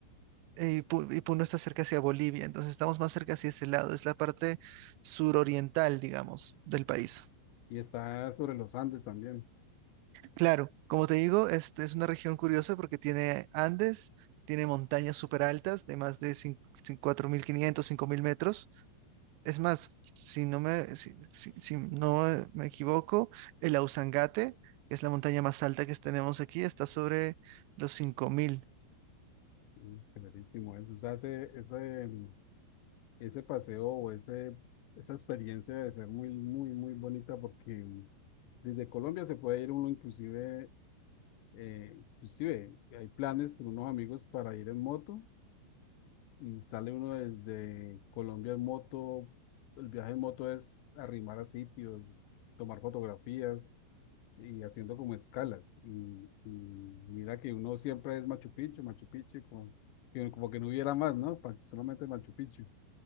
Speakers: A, on the right; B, on the left.
A: eh, Ipu- Puno está cerca hacia Bolivia, entonces estamos más cerca hacia ese lado, es la parte suroriental, digamos, del país.
B: Y está sobre los Andes también.
A: Claro, como te digo, este es una región curiosa porque tiene Andes, tiene montañas súper altas de más de cin- cin- 4.500, 5.000 metros. Es más, si no me, si, si- si no eh, me equivoco, el Ausangate, que es la montaña más alta que tenemos aquí, está sobre los 5.000.
B: Mm, Qué eso. O sea, ese, ese, mm, ese paseo o ese, esa experiencia debe ser muy, muy, muy bonita porque mm, desde Colombia se puede ir uno inclusive, eh, inclusive hay planes con unos amigos para ir en moto y sale uno desde Colombia en moto. El viaje en moto es arrimar a sitios, tomar fotografías y haciendo como escalas. Y, y mira que uno siempre es Machu Picchu, Machu Picchu, como que, como que no hubiera más, ¿no? Pa- Solamente Machu Picchu.